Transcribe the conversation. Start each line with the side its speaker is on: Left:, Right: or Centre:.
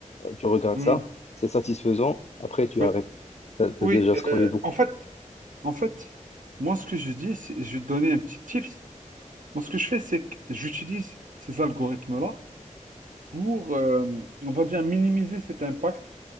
Left: tu regardes
Right: Mhm.
Left: ça, c'est satisfaisant, après tu
Right: Oui,
Left: arrêtes. T'as, t'as
Right: oui.
Left: déjà scrollé
Right: euh,
Left: beaucoup.
Right: en fait, en fait, moi, ce que je dis, c'est- je vais te donner un petit tips. Moi, ce que je fais, c'est que j'utilise ces algorithmes-là pour, euh, on va dire, minimiser cet impact